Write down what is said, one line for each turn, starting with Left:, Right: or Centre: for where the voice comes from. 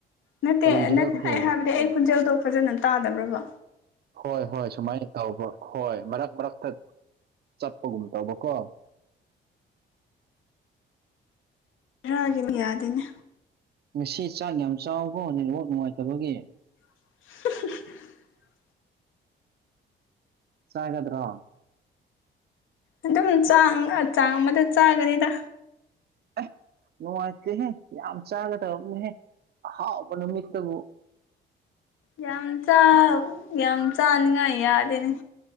Left: ꯅꯠꯇꯦ
Right: ꯀꯔꯤꯒꯤꯔꯀꯣ
Left: ꯑꯩ ꯍꯥꯏꯕꯗꯤ ꯑꯩ ꯈꯣꯟꯖꯦꯜꯗꯣ ꯐꯖꯅ ꯇꯥꯗꯕ꯭ꯔꯕꯣ
Right: ꯍꯣꯏ ꯍꯣꯏ ꯁꯨꯃꯥꯏꯅ ꯇꯧꯕ ꯍꯣꯏ ꯃꯔꯛ ꯃꯔꯛꯇ ꯆꯠꯄꯒꯨꯝ ꯇꯧꯕ ꯀꯣ
Left: ꯍꯔꯥꯡꯒꯤꯅꯤ ꯌꯥꯗꯦꯅꯦ
Right: ꯉꯁꯤ ꯆꯥꯛ ꯌꯥꯝ ꯆꯥꯎꯕꯣ ꯅꯦꯠꯋꯥꯛ ꯅꯨꯡꯉꯥꯏꯇꯕꯒꯤ
Left: <unintelligible>
Right: ꯆ ꯍꯥꯏꯗ꯭ꯔꯣ
Left: ꯑꯗꯨꯝ ꯆꯥꯡ ꯆꯥꯡ ꯑꯃꯗ ꯆꯥꯒꯅꯤꯗ
Right: ꯑꯦ ꯅꯨꯡꯉꯥꯏꯇꯦꯍꯦ ꯌꯥꯝ ꯆꯥꯒꯗꯕꯅꯦꯍꯦ ꯑꯍꯥꯎꯕ ꯅꯨꯃꯤꯠꯇꯕꯨ
Left: ꯌꯥꯝ ꯆ ꯌꯥꯝ ꯆꯅꯤꯉꯥꯏ ꯌꯥꯗꯦꯅꯤ